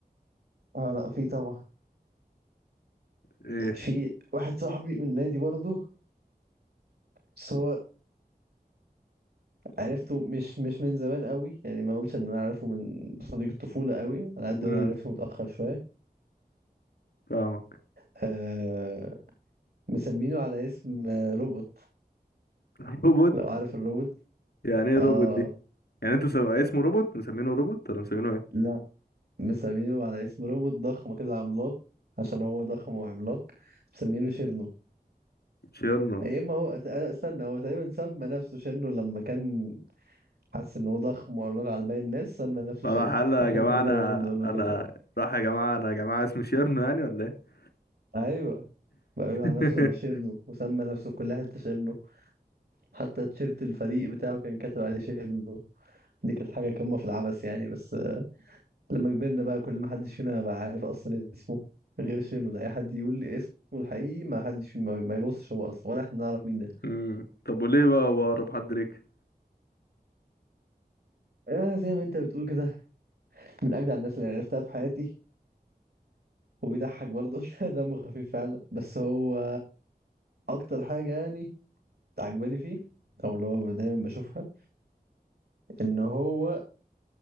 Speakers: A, on the right; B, on the left.
A: اه لا في طبعا
B: ايه
A: في واحد صاحبي من نادي برضه بس هو عرفته مش مش من زمان قوي يعني ما اقولش ان انا عارفه من صديق الطفولة قوي على قد
B: امم
A: ما انا عرفته متأخر شوية
B: فاهمك
A: آه مسمينه على اسم آه، روبوت
B: <laughs> روبوت
A: لو عارف الروبوت
B: يعني ايه
A: اه
B: روبوت دي يعني انتوا مسمي... اسمه روبوت مسمينه روبوت ولا مسمينه ايه
A: لا مسمينه على اسم روبوت ضخم كده عملاق عشان هو ضخم وعملاق مسمينه شيرنو
B: شيرنو
A: يا اما هو أت- استنى هو تقريبا سمى نفسه شيرنو لما كان حس ان هو ضخم وعملاق على باقي الناس سمى نفسه
B: فراح
A: شيرنو
B: قال يا
A: احنا
B: جماعة
A: كلنا
B: انا
A: بقينا بنقول له
B: انا
A: كده بقى.
B: راح يا جماعة انا يا جماعة اسمي شيرنو يعني ولا ايه
A: ايوه بقى بيقول على
B: <laughs>
A: نفسه انا شيرنو وسمى نفسه في كل حته شيرنو حتى تيشيرت الفريق بتاعه كان كاتب عليه شيرنو دي كانت حاجه قمه في العبث يعني بس لما كبرنا بقى كل ما حدش فينا بقى عارف اصلا اسمه غير شنو ده اي حد يقول لي اسمه الحقيقي ما حدش فينا ما ما يبصش هو اصلا ولا احنا نعرف مين ده
B: امم طب وليه بقى هو اقرب حد ليك
A: آه زي ما انت بتقول كده من اجدع الناس اللي عرفتها في حياتي وبيضحك برضه <laughs> دمه خفيف فعلا بس هو اكتر حاجه يعني عجباني فيه او اللي هو دايما بشوفها ان هو